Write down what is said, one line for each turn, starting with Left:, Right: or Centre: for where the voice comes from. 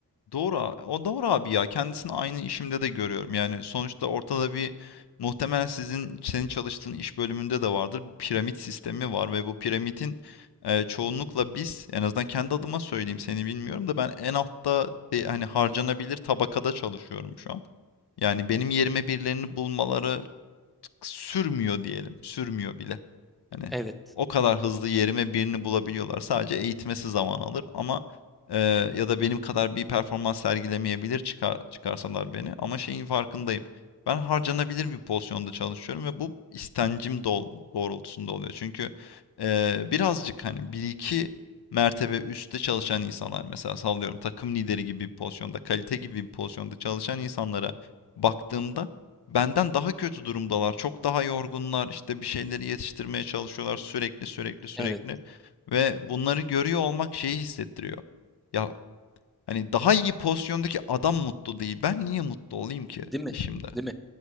Left: Doğru, a- o doğru abi ya. Kendisini aynı işimde de görüyorum. Yani sonuçta ortada bir muhtemelen sizin senin çalıştığın iş bölümünde de vardır. Bir piramit sistemi var ve bu piramitin e, çoğunlukla biz en azından kendi adıma söyleyeyim seni bilmiyorum da ben en altta e, hani harcanabilir tabakada çalışıyorum şu an. Yani benim yerime birilerini bulmaları sürmüyor diyelim. Sürmüyor bile. Hani
Centre: Evet,
Left: o kadar hızlı yerime birini bulabiliyorlar. Sadece eğitmesi zaman alır ama e, ya da benim kadar bir performans sergilemeyebilir çıkar, çıkarsalar beni. Ama şeyin farkındayım. Ben harcanabilir bir pozisyonda çalışıyorum ve bu istencim dol- doğrultusunda oluyor. Çünkü e, birazcık hani bir iki mertebe üstte çalışan insanlar mesela sallıyorum takım lideri gibi bir pozisyonda, kalite gibi bir pozisyonda çalışan insanlara baktığımda Benden daha kötü durumdalar. Çok daha yorgunlar. İşte bir şeyleri yetiştirmeye çalışıyorlar sürekli sürekli sürekli.
Centre: evet,
Left: Ve bunları görüyor olmak şeyi hissettiriyor. Ya hani daha iyi pozisyondaki adam mutlu değil. Ben niye mutlu olayım ki
Centre: değil mi?
Left: işimde?
Centre: Değil mi?